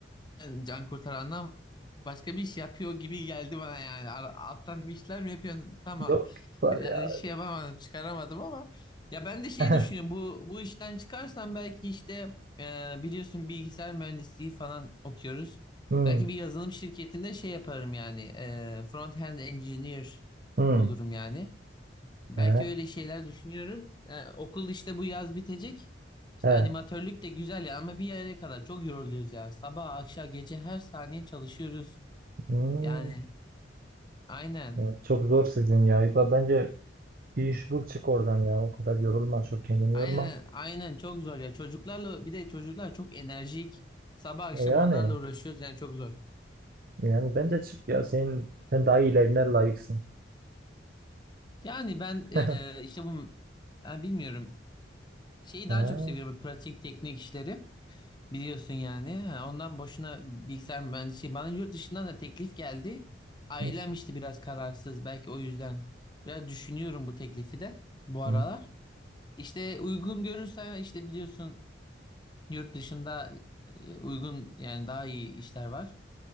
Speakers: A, on the left (about 25°); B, on the right (about 50°).
A: sen can kurtarandan başka bir iş yapıyor gibi geldi bana yani. Ar- Alttan bir işler mi yapıyorsun? Tamam.
B: Yok var
A: Yani
B: ya.
A: şey yapamadım, çıkaramadım ama ya ben de şey
B: <laughs>
A: düşünüyorum. Bu bu işten çıkarsam belki işte e, biliyorsun bilgisayar mühendisliği falan okuyoruz.
B: Hmm,
A: Belki bir yazılım şirketinde şey yaparım yani. E, front end engineer
B: hmm.
A: olurum yani. Belki
B: He,
A: öyle şeyler düşünüyorum. Yani okul işte bu yaz bitecek. İşte
B: he,
A: animatörlük de güzel ya ama bir yere kadar çok yoruluyoruz ya. Sabah, akşam, gece her saniye çalışıyoruz.
B: hmm.
A: Yani aynen.
B: Ya, çok zor sizin ya. İkbal bence bir iş bul çık oradan ya. O kadar yorulma. Çok kendini
A: Aynen,
B: yorma.
A: aynen çok zor ya. Çocuklarla bir de çocuklar çok enerjik. Sabah akşam
B: E yani.
A: onlarla uğraşıyoruz yani çok zor.
B: Yani bence çık ya senin sen daha iyilerine layıksın.
A: Yani ben eee,
B: <laughs>
A: işte bu yani bilmiyorum. Şeyi
B: Ha,
A: daha çok seviyorum pratik teknik işleri. Biliyorsun yani. Ha, Ondan boşuna bilgisayar mühendisliği. Bana yurt dışından da teklif geldi. Ailem
B: hı,
A: işte biraz kararsız. Belki o yüzden biraz düşünüyorum bu teklifi de bu aralar.
B: hı,
A: İşte uygun görürsen işte biliyorsun yurt dışında e, uygun yani daha iyi işler var.